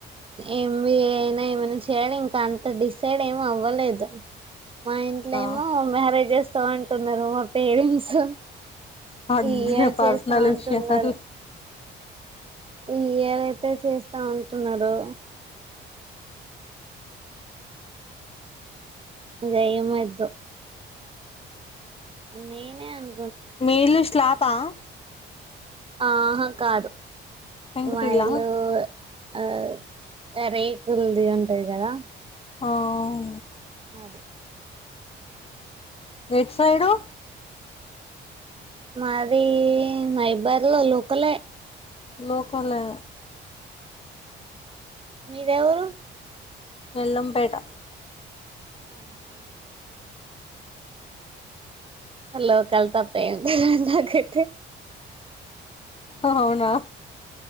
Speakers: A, on the right; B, on the left.
A: ఎంబిఏ అయినా ఏమైనా చేయాలి ఇంకా అంత డిసైడ్ ఏమి అవ్వలేదు మా ఇంట్లో
B: అవునా
A: ఏమో మ్యారేజెస్ స్త అంటున్నారు మా పేరెంట్స్
B: అది
A: ఈ ఇయర్
B: పర్సనల్
A: చేస్తాం అంటున్నారు
B: విషయాల
A: ఈ ఎవరైతే చేస్తాం అంటున్నారో ఇదేమోద్దు నేనే అను
B: మీ ఇల్లు శ్లాపా
A: ఆహా కాదు
B: పెంకుటిల్లా
A: మా ఇల్లు ఆ ఎరే కుల్ది ఉంటది కదా
B: ఆవు
A: అదే
B: ఎటు సైడు
A: మాది మైబర్ లో లోకలే
B: లోకలే
A: మీదే ఊరు
B: వెళ్ళంపేట
A: ఆహా లోకల్ తప్ప ఏం తేలీదు నాకైతే
B: అవునా